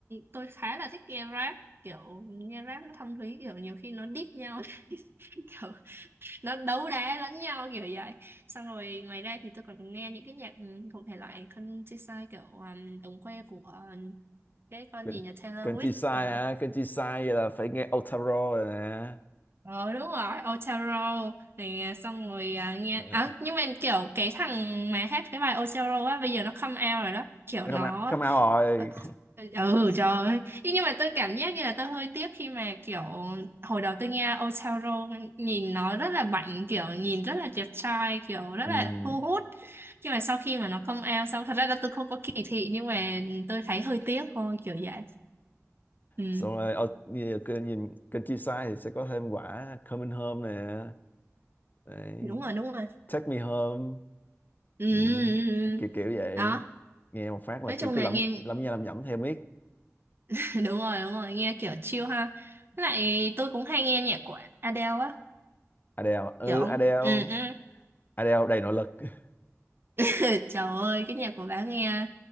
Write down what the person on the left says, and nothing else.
Cần
cần
chi sai
hả cần chi sai vậy là phải nghe Otaro rồi nè
Ừ.
nó
come out, come out rồi
<laughs> ừ.
xong rồi Ot- nhìn cần nhìn- cần chi sai thì sẽ có thêm quả Coming Home nè đấy
Take Me Home
Ừ,
kiểu kiểu vậy
nghe một phát là
kiểu
cứ
lẩm
lẩm nha lẩm nhẩm theo miết
Adele ừ
Adele
Adele đầy nội lực <laughs>